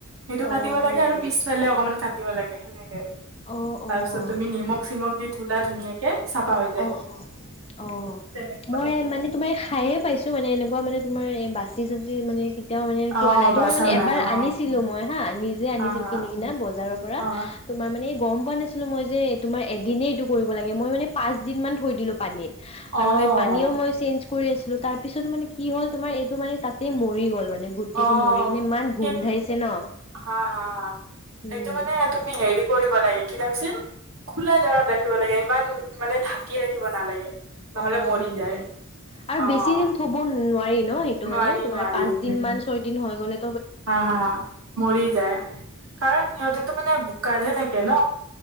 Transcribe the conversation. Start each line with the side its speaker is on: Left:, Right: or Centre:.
Right: সেইটো
Left: অ',
Right: কাটিব
Left: হয়
Right: লাগে
Left: নেকি?
Right: আৰু পিছফালে অকনমান কাটিব লাগে সেনেকে৷
Left: অ', অ',
Right: তাৰপিছত তুমি নিমখ চিমখ দি ধোলা ধুনীয়াকে৷ সেনেকে চাফা হৈ
Left: অ-অ-অ
Right: তেনে
Left: মই মানে তোমাৰ খায়ে পাইছো মানে এনেকুৱা মানে তোমাৰ এই বাচি চাচি মানে কেতিয়াও মানে
Right: অ
Left: পোৱা নাই
Right: বাচা
Left: তোমাৰ মানে
Right: নাই
Left: এবাৰ
Right: অ
Left: আনিছিলো মই হা নিজে আনিছিলো
Right: হা হা
Left: কিনি কেনে বজাৰৰ পৰা
Right: অ
Left: তোমাৰ মানে গম পোৱা নাছিলোঁ মই যে তোমাৰ এদিনেই এইটো কৰিব লাগে মই মানে পাঁচদিনমান থৈ দিলোঁ পানীত৷
Right: অ',
Left: আৰু এই পানীও মই চেঞ্জ কৰি আছিলো তাৰ পিছতো মানে কি হ'ল তোমাৰ এইটো মানে তাতেই মৰি গ'ল মানে গোটেইটো
Right: অ',
Left: মৰি কিনে ইমান গোন্ধাইছে
Right: কেন
Left: ন
Right: হা হা
Left: উম
Right: এইটো মানে তুমি হেৰি কৰিব লাগে কি নাম আছিল খোলা জাগাত ৰাখিব লাগে ইমান মানে ঢাকি ৰাখিব নালাগে৷ নহ'লে
Left: অ
Right: মৰি
Left: হয়
Right: যায়
Left: নেকি আৰু
Right: অ',
Left: বেছি দিন থব নোৱাৰি ন সেইটো
Right: নোৱাৰি
Left: মানে তোমাৰ
Right: নোৱাৰি
Left: পাঁচ
Right: উম,
Left: দিন মান ছয় দিন হৈ গ'লে
Right: হা হা মৰি যায় কাৰণ সিহঁতেতো মানে বোকাতহে থাকে ন